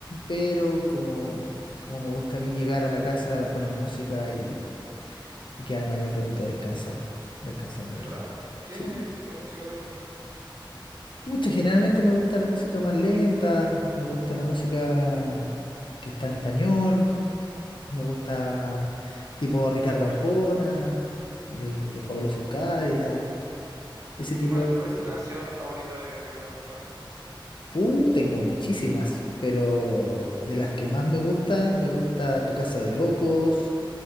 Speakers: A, on the left; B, on the right.
A: pero como, como me gusta a mí llegar a la casa, poner música y, y quedarme ahí un ratito descansar, descansando
B: ¿verdad?
A: un rato.
B: ¿Qué
A: Sí,
B: tipo de música te gusta?
A: pucha, generalmente me gusta la música más lenta, me gusta la música que está en español. Me gusta tipo Ricardo Arjona, eh, Los Fabulosos Cadillac, ese tipo
B: ¿Cuál,
A: de
B: cuál
A: canciones.
B: es tu canción favorita de Ricardo Arjona?
A: Uh, tengo muchísimas, pero de las que más me gustan, me gusta Tu Casa de Locos,